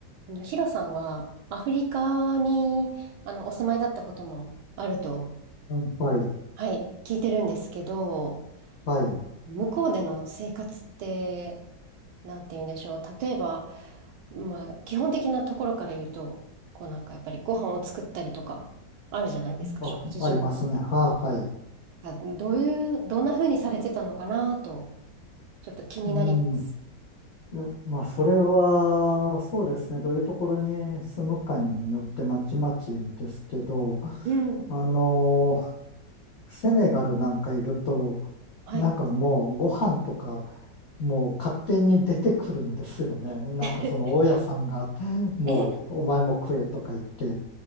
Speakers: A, on the right (about 75°); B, on the left (about 80°).
A: あの、ヒロさんはアフリカにあのお住まいだったこともあると、
B: うん、はい、
A: はい、聞いてるんですけど、
B: はい。
A: 向こうでの生活って、なんて言うんでしょう。例えば、まあ、基本的なところから言うと、こうなんかやっぱりご飯を作ったりとか、あるじゃないですか、
B: あ、
A: 食事準備。
B: ありますね。は、はい。
A: あ、どういう、どんな風にされてたのかなと、ちょっと気になります。
B: うん。いや、まあ、それは、そうですね。どういうところに住むかによってまちまちですけど、
A: うん。
B: あの、セネガルなんかいると、
A: はい。
B: なんかもうご飯とか、もう勝手に出てくるんですよね。なんかその大家さんが、
A: <laughs>
B: もうお前も食えとか言って、
A: え、